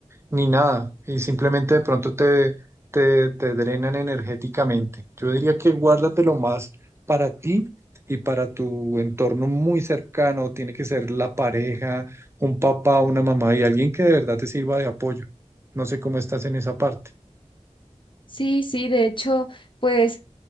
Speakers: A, on the right (about 20°); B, on the left (about 45°).
A: ni nada, y simplemente de pronto te, te, te drenan energéticamente. Yo diría que guárdatelo más para ti y para tu entorno muy cercano. Tiene que ser la pareja, un papá, una mamá y alguien que de verdad te sirva de apoyo. No sé cómo estás en esa parte.
B: Sí, sí, de hecho, pues